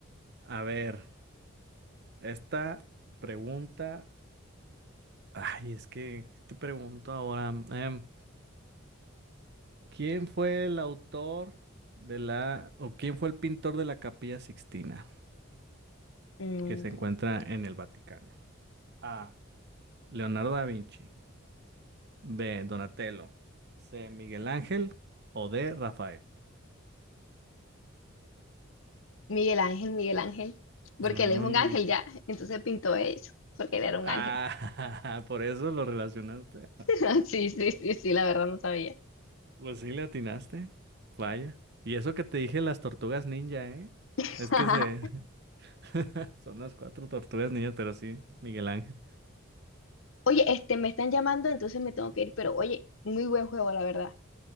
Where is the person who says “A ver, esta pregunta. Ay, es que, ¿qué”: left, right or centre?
Right